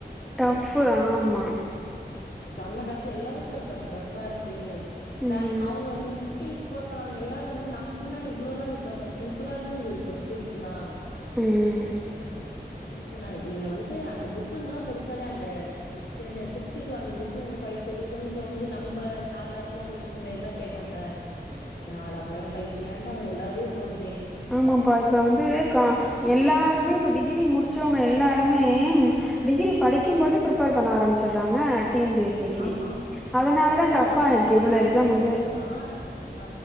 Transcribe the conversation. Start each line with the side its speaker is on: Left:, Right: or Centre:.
Centre: டஃப்பு ஆமா
Left: செம்ம டஃப் எல்லாரும் சொல்றாங்க டஃப்பா இருக்கு ப
Centre: ம்
Left: அவுங்க ஸ்கோர் எல்லாரும் வந்து நாங்க எல்லாம் இவ்ளோலாம் இது பண்ணல சிம் ஃபுல்லா தான் இருந்தது கொஸ்டின்ஸ் லாம்
Centre: ம்ம் ம்
Left: சொன்னாங்க நீங்க வந்து அந்த புக்குங்கலா படிச்சாலே அந்த சின்ன சின்ன சிக்ஸ் டூ அந்த படிச்சது கொஞ்சம் வந்து நம்ப சாதாரணமா கொஸ்டின்ல தான் கேட்டாங்க அட பாவிங்களா இப்பயாண்டா அவ எல்லாரையும் சொல்
Centre: ஆமாப்பா இப்ப வந்து கா எல்லோருமே இப்போ டிகிரி முடித்தவங்க எல்லாருமே டிகிரி படிக்கு போதே ப்ரிப்பேர் பண்ண ஆரம்பிச்சிடுறாங்க டிஎபிஎஸ்சிக்கு
Left: ஆமா
Centre: அதனால தான் டஃப்
Left: அதுவு
Centre: ஆயிடுச்சு
Left: ஒரு
Centre: இவ்ளோஎக்ஸாம்
Left: ஹைலைட்
Centre: வந்து
Left: என்னன்னா ஆ